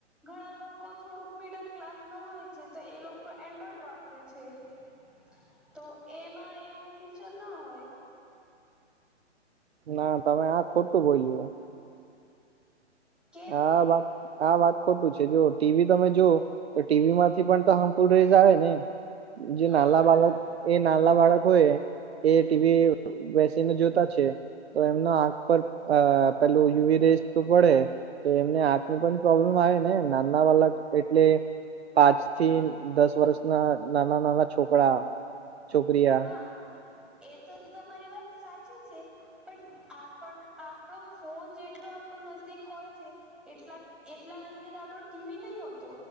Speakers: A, in the centre; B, on the right.
A: ઘણા લોકો થોડુંક મિડલ ક્લાસ ના હોય છે તો એ લોકો એન્ડ્રોઈડ વાપરે છે. - તો એમાં એવું ફીચર ના હોય. -
B: ના તમે આ ખોટું બોલું. -
A: કેમ
B: આ વાત આ વાત ખોટું છે જો ટીવી તમે જો તો ટીવી માંથી પણ તો હાર્મફુલ રેઝ આવે ને જે
A: હા
B: નાલા
A: પણ
B: બાલાક એ નાના બાળક હોય એ ટીવી બેસીને જોતા છે. - તો એમનો આંખ પર પેલું યુવી રેસ તો પડે. - તો એમને આાખ ની પણ પ્રોબ્લેમ આવે ને નાના વાલા એટલે પાંચ થી દસ વર્ષ ના નાના નાના છોકરા છોકરીયા
A: હા એ તો તમારી વાત સાચી છે. - પણ આપ આપણો ફોન જેટલો આપણો નજદીક હોય છે એટલા એટલા નજીક આપડો ટીવી નહી હોતો.